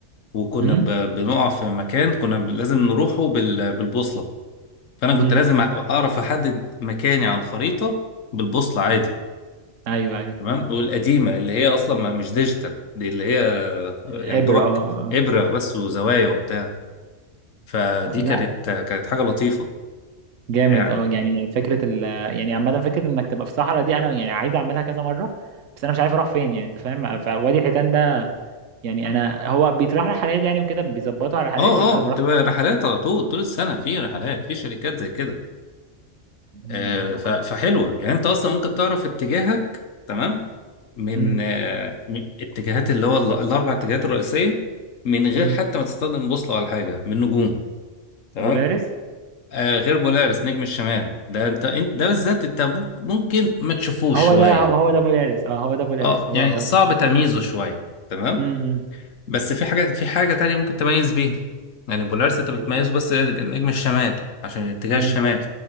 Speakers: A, on the left; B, on the right.
A: وكنا
B: امم
A: ب- بنقع في مكان كنا ب- لازم نروحه بال- بالبوصله فانا
B: امم
A: كنت لازم أ- اعرف احدد مكاني على الخريطه بالبوصله عادي
B: ايوه ايوه
A: تمام والقديمه اللي هي اصلا ما- مش ديجيتال دي اللي هي آه، يعني
B: ابره
A: دوبك
B: اه آه،
A: ابره بس وزوايا وبتاع فدي
B: آه. لا
A: كانت كانت حاجه لطيفه
B: جامد
A: يعني
B: اه يعني فكره ال يعني عامه فكره انك تبقى في صحراء دي انا يعني عايز اعملها كذا مره بس انا مش عارف اروح فين يعني انت فاهم فوادي الحيتان ده يعني انا هو بيتراح رحلات يعني وكده بيظبطوا على رحلات
A: اه
B: ولا انا بروح
A: اه بتبقى رحلات على طول طول السنة في رحلات في شركات زي كده
B: امم
A: آه
B: هو
A: ف-
B: كان
A: فحلوة يعني انت اصلا ممكن تعرف اتجاهك تمام من
B: امم
A: آه من اتجاهات اللي هو ال- الاربع اتجاهات الرئيسية من غير
B: امم
A: حتى ما تستخدم بوصلة ولا حاجة من نجوم تمام
B: بولاريس
A: آه غير بولارس نجم الشمال ده انت انت ده بالذات انت ممكن ممكن ما تشوفوش
B: هو
A: شوية
B: ده هو ده بولاريس اه هو ده بولاريس
A: اه
B: هو
A: يعني
B: هو
A: صعب
B: اه
A: تمييزه شوية تمام
B: امم
A: بس في حاجة في حاجة تانية ممكن تميز بيها يعني بولارس انت بتميزه
B: ال-
A: بس نجم الشمال عشان اتجاه
B: امم
A: الشمال